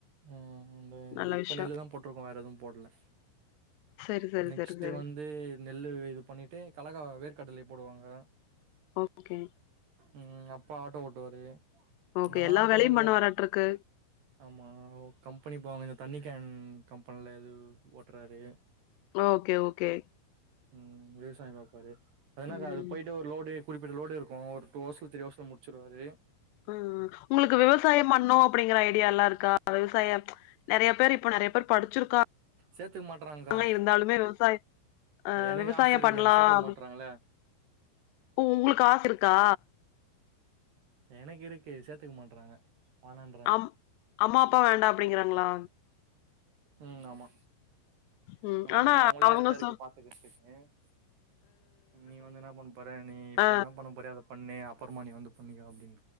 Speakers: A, on the right; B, on the left.
A: ம் இந்த இந்
B: நல்ல
A: இப்ப
B: விஷயம்.
A: நெல்லு தா போட்ருக்கோ வேறெதுவு போட்ல
B: சரி, சரி,
A: நெக்ஸ்ட்டு
B: சரி, சரி.
A: வந்து நெல்லுவு இது பண்ணிட்டு கலகா வேர்க்கட்லை போடுவாங்க
B: ஓகே
A: ம் அப்பா ஆட்டோ ஓட்டுவாரு
B: ஓகே.
A: நாலா
B: எல்லா
A: ஆட்டோலா
B: வேலையும்
A: இல்ல
B: பண்ணுவாராட்ருக்கு.
A: ஆம் ஆ ஒ கம்பெனி பாவ ஏனனனா தண்ணி கேன் கம்பென்ல எது ஓட்டுறாரு
B: ஓகே ஓகே
A: ம் விவசாயோ பாப்பாரு அது என்னக்கா
B: ம்.
A: அது போயிட்டு ஒரு லோடு குறிப்பிட்ட லோடு இருக்கூ ஒரு டூ ஹவர்ஸ் ல த்ரி ஹவர்ஸ் ல முடிச்சுருவாரு
B: ம் உங்களுக்கு விவசாயம் பண்னோ அப்படிங்கிற ஐடியால்லா இருக்கா விவசாயம் நெறய பேர் இப்ப நெறய பேர் படிச்சிருக்காங்
A: சேத்துக்க மாட்றாங்க்கா
B: ஆனா இருந்தாலுமே விவசாய ஆ
A: எனக்கு
B: விவசாய
A: ஆச இருக்கு
B: பண்லா
A: என்ன சேத்துக்க
B: அப்டி
A: மாட்றாங்கல்ல
B: ஒ உங்குளுக்கு ஆச இருக்கா
A: எனக்கு இருக்கு சேத்துக்க மாட்றாங்க வேணான்றாங்க
B: அம் அம்மாப்பா வேண்டா அப்டிங்கறாங்ளா
A: ம் ஆமா
B: ம்
A: ஆ
B: ஆனா
A: அவுங்களே
B: அவங்க
A: கரெக்டாருக்கு
B: சொ
A: பாத்துக்கிறதுக்கு ம் நீ வந்து என்ன பண்ண போற நீ இப்ப
B: ஆ
A: என்ன பண்ண போறியோ அத பண்ணு அப்புறமா நீ வந்து பண்ணிக்கோ அப்டிங்